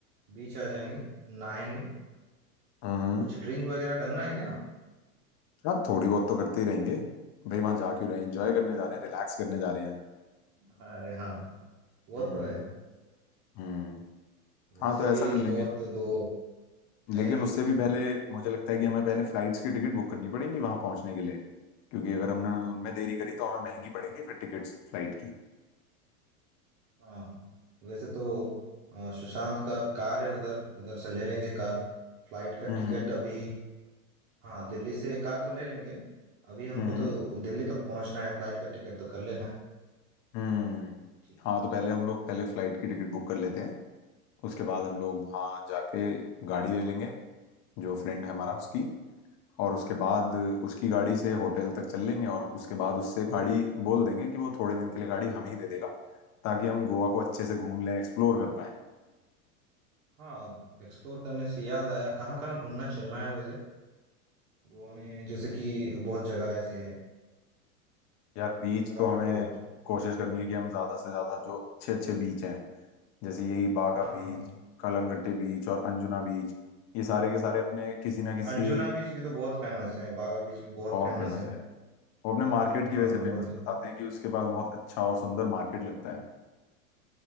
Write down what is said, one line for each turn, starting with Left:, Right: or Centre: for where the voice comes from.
Right: बीच आ जाएंगे नहाएंगे
Left: हम्म हम्म।
Right: कुछ ड्रिंक वगैरह करना है क्या
Left: हाँ थोड़ी बहुत तो करते ही रहेंगे भाई वहां जा क्यों रहे हैं एंजॉय करने
Right: हाँ
Left: जा रहे हैं रिलैक्स करने जा रहे हैं
Right: अरे हाँ वो
Left: हम्म
Right: तो है
Left: हम्म
Right: वैसे
Left: हाँ तो ऐसा
Right: भी
Left: कर लेंगे
Right: और तो दो
Left: लेकिन
Right: है ही
Left: उससे भी पहले मुझे लगता है कि हमें पहले फ्लाइट्स की टिकट बुक करनी पड़ेंगी वहां पहुंचने के लिए क्योंकि अगर हमने उनमें देरी करी तो हमें महंगी पड़ेंगी फिर टिकट्स फ्लाइट की
Right: हाँ वैसे तो अ, सुशांत का कार है उधर उधर से ले लेंगे कार फ्लाइट का
Left: हम्म
Right: टिकट
Left: हम्म
Right: अभी हाँ दिल्ली से कार तो ले लेंगे अभी हमको
Left: हम्म
Right: तो दिल्ली तक पहुंचना है फ्लाइट का टिकट तो कर लेना है
Left: हम्म
Right: ठीक
Left: हाँ
Right: है
Left: तो पहले हम लोग पहले फ्लाइट की टिकट बुक कर लेते हैं उसके बाद हम लोग वहाँ जाके गाड़ी ले लेंगे जो फ्रेंड है हमारा उसकी और उसके बाद उसकी गाड़ी से होटल तक चल लेंगे और उसके बाद उससे गाड़ी बोल देंगे कि वो थोड़े दिन के लिए गाड़ी हमें ही दे देगा ताकि हम गोवा को अच्छे से घूम लें एक्सप्लोर कर पाए
Right: हाँ एक्सप्लोर करने से याद आया कहाँ कहाँ घूमना चलना है वैसे गोवा में जैसे कि बहुत जगह ऐसे है
Left: यार बीच
Right: अगाटा
Left: तो हमें
Right: फोर्ट
Left: कोशिश करनी है कि हम ज्यादा से ज्यादा जो अच्छे अच्छे बीच हैं जैसे यही बागा
Right: हाँ हाँ
Left: बीच कलंगट्टे बीच और अंजुना बीच ये सारे के सारे अपने किसी ना किसी
Right: अंजुना बीच भी तो बहुत फेमस है बागा बीच भी बहुत
Left: बहुत
Right: फेमस
Left: फेमस
Right: है
Left: है वो
Right: वहाँ
Left: अपने मार्केट
Right: वहाँ
Left: की
Right: हाँ
Left: वजह से
Right: वो
Left: फेमस
Right: तो
Left: बताते हैं कि उसके पास बहुत अच्छा और सुंदर मार्केट लगता है